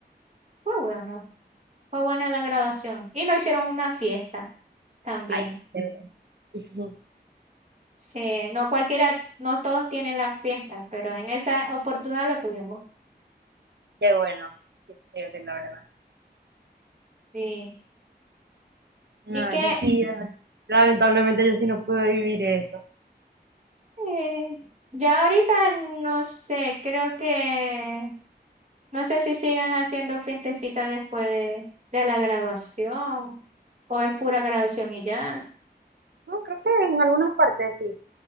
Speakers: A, on the right; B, on the right.
A: Fue bueno, fue buena la graduación. Y nos hicieron una fiesta también.
B: Ay, qué chévere. <laughs>
A: Sí, no cualquiera, no todos tienen las fiestas, pero en esa oportunidad la tuvimos.
B: Qué bueno. Qué chévere, la verdad.
A: Sí.
B: No,
A: Y que
B: yo sí, la- lamentablemente yo sí no pude vivir eso.
A: eh, ya ahorita no sé, creo que no sé si siguen haciendo fiestecitas después de la graduación o es pura graduación y ya.
B: No, creo que en algunas partes sí,